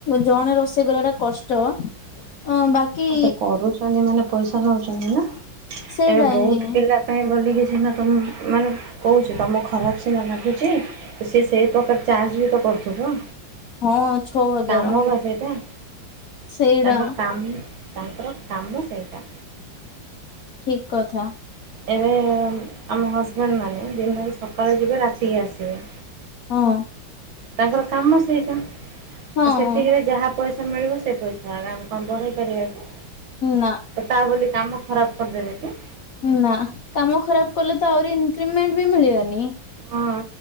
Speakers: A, on the left; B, on the right.
A: ଜଣେ ରୋଷେଇ କରିବାଟା କଷ୍ଟ। ଅ ବାକି
B: ଆଉ ତ କରୁଛନ୍ତି ମାନେ ପଇସା ନଉଛନ୍ତି ନା
A: ସେଇଟା
B: ଏବେ ବହୁତ
A: ହିଁ
B: ପିଲା ପାଇଁ ବୋଲିକି ସିନା ତମ ମାନେ କହୁଛ ତମ ଖରାପ ସିନା ଲାଗୁଛି। ତ ସିଏ ସେହି ପ୍ରକାର ଚାର୍ଜ ବି ତ କ କରୁଥିବ।
A: ହଁ ଛଅ ହଜାର
B: କାମ ବା ସେଇଟା
A: ସେଇଟା
B: ତାଙ୍କ କାମ ତାଙ୍କର କାମ ସେଇଟା।
A: ଠିକ କଥା।
B: ଏବେ ଆମ ହଜବେଣ୍ଡ ମାନେ ଦିନରେ ସକାଳୁ ଯିବେ ରାତିକି ଆସିବେ
A: ହଁ।
B: ତାଙ୍କର କାମ ସେଇଟା ଆ
A: ହଁ
B: ସେତିକିରେ ଯାହା ପଇସା ମିଳିବ ସେ ପଇସା ଆ ଆମେ କଣ ବଢେଇ ପାରିବା କି?
A: ନା
B: ତ ତା ବୋଲି କାମ ଖରାପ କରିଦେବେ କି?
A: ନା କାମ ଖରାପ କଲେ ତ ଆହୁରି ଇନକ୍ରିମେଣ୍ଟ ବି ମିଳିବନି।
B: ହଁ